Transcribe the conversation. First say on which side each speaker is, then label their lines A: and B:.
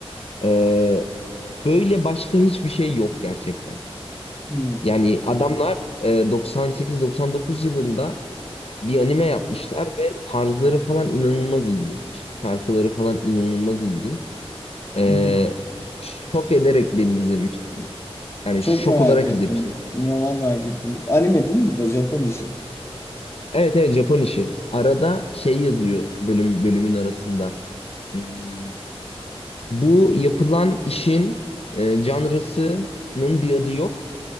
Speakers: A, on the left (about 70°); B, on the left (about 25°).
A: E, Böyle başka hiçbir şey yok gerçekten.
B: <laughs>
A: Yani adamlar e, 98-99 yılında bir anime yapmışlar ve tarzları falan inanılmaz ilginç. Şarkıları falan inanılmaz ilginç. E,
B: Hmm. <laughs>
A: şok ederek beni izlemiştim. Yani
B: Çok
A: şok
B: merak
A: olarak
B: ettim.
A: izlemiştim.
B: İnanılmaz merak ettim. Anime değil mi bu da? Japon işi.
A: Evet evet Japon işi. Arada şey yazıyor
B: Hı hı,
A: bölüm bölümün arasında. Hmm, bu yapılan işin e, janrasının bir adı yok.